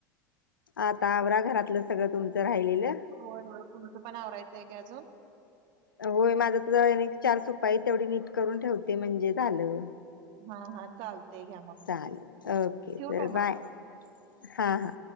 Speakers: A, on the left; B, on the right.
A: आता आवरा घरातलं सगळं तुमचं राहिलेलं.
B: होय होय तुमचं पण आवरायचंय का अजून,
A: होय माझा तर चार सुपाई तेवढी नीट करून ठेवते म्हणजे झालं.
B: हा हा चालतय घ्या मग
A: चालेल ओके
B: ठेवू
A: चल
B: काय
A: बाय
B: मग?
A: हा हा.